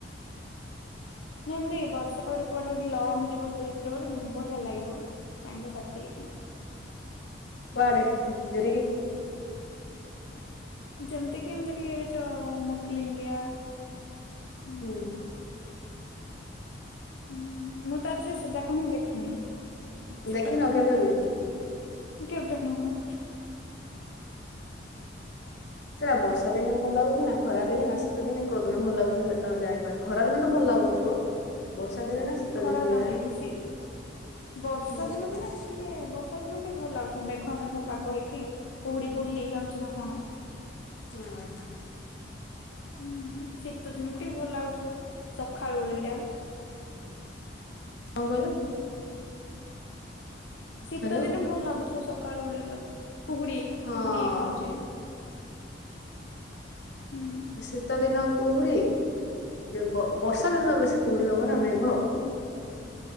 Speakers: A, on the left; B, on the left.
A: ନା ଏମତି ବର୍ଷା ପାଗରେ କୁଆଡେ ଗୋଟେ ଲଙ୍ଗ ଯିବ ଟ୍ରିବଟେ ମାନେ ବଢିଆ ଲାଗିବ। ସାଙ୍ଗ ସାଥୀ ହେଇକି।
B: କୁଆଡ଼େ ଜରିଗ
A: <unintelligible>
B: ହୁଁ
A: ହୁଁ ମୁଁ ତ ଆଜି ସେ ଯାକ ହିଁ ଦେଖିନି ବୁଝିପାରୁଛ
B: ଦେଖିନ କେବେ
A: ଦୂର
B: ବି?
A: କଥା। କେବେ ନୁହଁ।
B: ହୁଁ। ସେଟା ବର୍ଷା ଦିନେ ଭଲ ଲାଗୁଛି ନା ଖରା ଦିନେ ନା ଶୀତ ଦିନେ କୋଉ ଦିନ ଭଲ ଲାଗୁଛି ଆ ଜଣିପାରୁନି। ଖରା ଦିନେ ତ ଭଲ ଲାଗୁନ ଥୁବ ବର୍ଷା ଦିନେ ନା ଶୀତ
A: ଖରା
B: ଦିନେ କେଜାଣି?
A: ତା ନାହିଁ ବେଶୀ ବର୍ଷା
B: ହୁଁ
A: ଦିନ ବୋଲି ଏମିତି ଟି ସେ ବର୍ଷା ଦିନ ଟିକେ ଭଲ ଲାଗୁଥିବ ମେଘ ମେଘ ପାଗ ହେଇକି କୁହୁଡି କୁହୁଡି ହେଇଯାଉଛି ନା କଣ?
B: ହଁ।
A: ହୁଁ ହୁଁ ଶୀତ ଦିନ ବି ଟିକେ ଭଲ ଲାଗୁଥିବ ସକାଳୁ ଉଳିଟା।
B: କଁ କହିଲ?
A: ଶୀତ
B: ହ୍ୟାଲୋ
A: ଦିନ ଭଲ ଲାଗୁଥିବ ସକାଳୁ ଉଳିଯ କୁହୁଡି
B: ହଁ।
A: କୁହୁଡି ହେଇ ଥାଉଛି। ହୁଁ
B: ଶୀତ ଦିନ କୁହୁଡି ଯେ ବ ବର୍ଷା ଦିନ ତ ବେଶୀ କୁହୁଡି ହବ ନା ମେଘ।
A: ହୁଁ